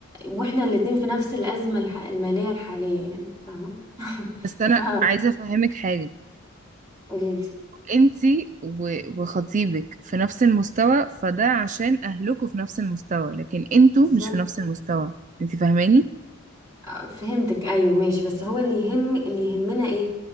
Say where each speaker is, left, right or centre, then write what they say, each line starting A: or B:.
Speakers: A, on the right; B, on the right.
A: واحنا الاتنين في نفس الازمه الح- الماليه الحاليه يعني فاهمه <laughs>
B: بس انا
A: ف
B: عايزه افهمك حاجه
A: قوليلي
B: انتي و- وخطيبك في نفس المستوى فده عشان اهلكوا في نفس المستوى لكن انتوا
A: بالظبط
B: مش في نفس المستوى انتي فاهماني
A: آه، فهمتك ايوه ماشي بس هو اللي يهم اللي يهمنا ايه